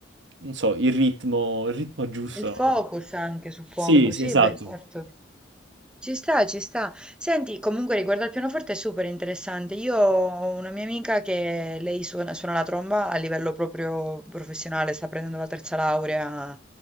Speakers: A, on the right; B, in the centre.
A: non so, il ritmo, il ritmo giusto.
B: il focus anche, suppongo.
A: Sì, sì,
B: Sì,
A: esatto.
B: beh, certo. Ci sta, ci sta. Senti, comunque riguardo al pianoforte è super interessante. Io ho una mia amica che lei suona, suona la tromba a livello proprio professionale, sta prendendo la terza laurea,